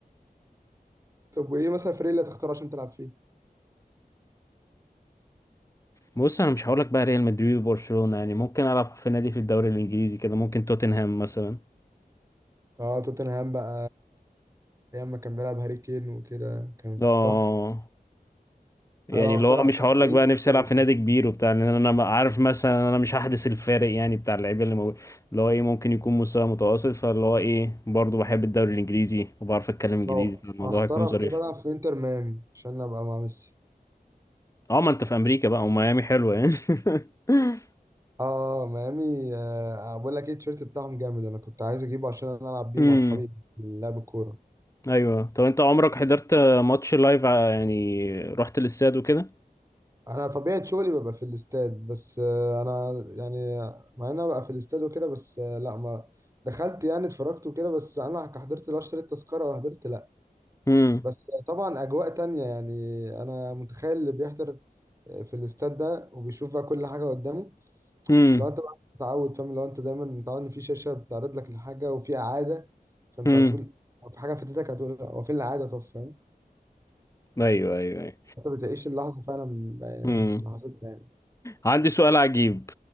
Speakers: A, on the right; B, on the left.
A: طب وايه مثلا الفريق اللي هتختار عشان تلعب فيه؟
B: بص انا مش هقولك بقى ريال مدريد وبرشلونه يعني ممكن العب في نادي في الدوري الانجليزي كده ممكن توتنهام مثلا
A: اه توتنهام بقى ايام ما كان بيلعب هاري كين وكده كانت
B: اه
A: تحفه
B: يعني
A: انا لو
B: اللي
A: اختار
B: هو
A: اختار
B: مش هقول
A: فريق
B: لك بقى نفسي
A: آه،
B: العب في نادي كبير وبتاع لان انا ما- عارف مثلا انا مش هحدث الفارق يعني بتاع اللعيبه اللي موجود اللي هو ايه ممكن يكون مستوى متوسط فاللي هو ايه برضه بحب الدوري الانجليزي وبعرف اتكلم انجليزي
A: لو
B: فالموضوع
A: اختار
B: هيكون ظريف
A: اختار العب في انتر ميامي عشان ابقى مع ميسي
B: اه ما انت في امريكا بقى وميامي حلوه يعني <laughs>
A: اه ميامي آه بقول لك ايه التيشيرت بتاعهم جامد انا كنت عايز اجيبه عشان أنا العب بيه
B: امم
A: مع اصحابي في لعب الكوره
B: ايوه طب انت عمرك حضرت ماتش لايف ع- يعني رحت الاستاد وكده
A: انا طبيعه شغلي ببقى في الاستاد بس آه انا يعني مع ان انا ببقى في الاستاد وكده بس آه لا ما دخلت يعني اتفرجت وكده بس انا حضرت لا اشتريت تذكره ولا حضرت لا
B: امم
A: بس طبعا اجواء تانية يعني انا متخيل اللي بيحضر آه، في الاستاد ده وبيشوف بقى كل حاجه قدامه
B: امم
A: لو انت بقى متعود فاهم لو انت دايما متعود ان في شاشه بتعرض لك الحاجه وفي اعاده فانت
B: امم
A: هتقول او في حاجه فاتتك هتقول لا هو فين الاعاده طب فاهم
B: ايوه ايوه
A: انت بتعيش اللحظه فعلا آه،
B: ايوه
A: لحظتها يعني
B: عندي سؤال عجيب